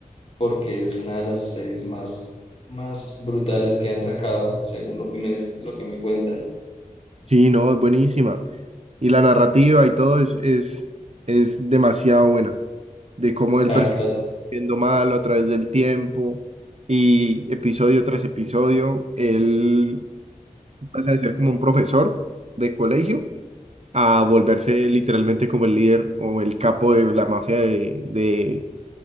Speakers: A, on the left; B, on the right.
A: porque es una de las series más, más brutales que han sacado, según lo que me, lo que me cuentan.
B: sí, no, es buenísima. Y la narrativa y todo es, es, es demasiado buena. De cómo el
A: Ya,
B: personaje
A: claro.
B: va siendo malo a través del tiempo y episodio tras episodio, él pasa de ser como un profesor de colegio a volverse literalmente como el líder o el capo de la mafia de,